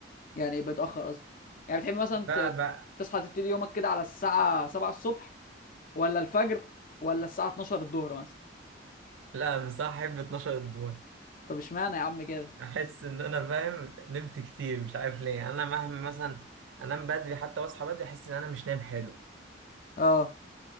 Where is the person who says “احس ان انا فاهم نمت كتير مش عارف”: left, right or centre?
Right